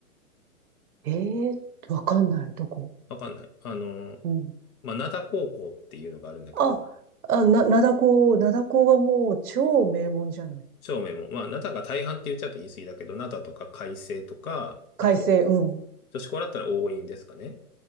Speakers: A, on the right (about 70°); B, on the left (about 65°).
A: ええわかんない。どこ
B: わかんない。あの、
A: うん。
B: まあ、灘高校っていうのがあるんだけど、
A: あ、あ、な、灘高、灘高はもう超名門じゃない。
B: 照明も、まあ、灘が大半って言っちゃうと言い過ぎだけど、灘とか海星とか、
A: 開成、
B: あと、
A: うん。
B: 女子校だったら桜蔭ですかね。